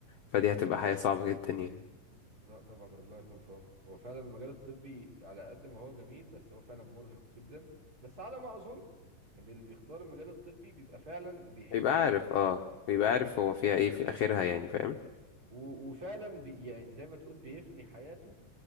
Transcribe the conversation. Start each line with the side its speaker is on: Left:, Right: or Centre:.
Left: فدي هتبقى حياة صعبة جدا يعني
Right: لا طبعا ربنا يكون في عونكم هو فعلا المجال الطبي على قد ما هو جميل بس هو فعلا مرهق جدا بس على ما اظن ان اللي بيختار المجال الطبي بيبقى فعلا بيحبه
Left: بيبقى عارف اه بيبقى عارف هو فيها ايه في اخرها يعني فاهم
Right: عارف و- وفعلا بي يعني زي ما تقول بيفني حياته